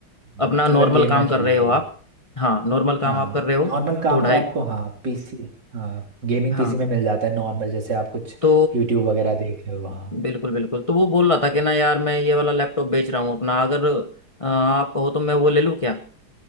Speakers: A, on the right; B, on the left.
A: हम्म,
B: अपना नॉर्मल
A: अगर गेम
B: काम
A: ना
B: कर
A: खेले
B: रहे हो
A: तो
B: आप हाँ नॉर्मल काम
A: हाँ
B: आप कर रहे हो
A: नॉर्मल काम काम
B: तो ढाई
A: तो तो नहीं आपको होता हाँ पीसी हाँ गेमिंग
B: हाँ
A: पीसी में मिल जाता है नॉर्मल जैसे आप कुछ
B: तो
A: यूट्यूब वगैरह देख रहे हो हाँ
B: बिल्कुल बिल्कुल तो वो बोल रहा था कि ना यार मैं ये वाला लैपटॉप बेच रहा हूँ अपना अगर अ, आप कहो तो मैं वो ले लूँ क्या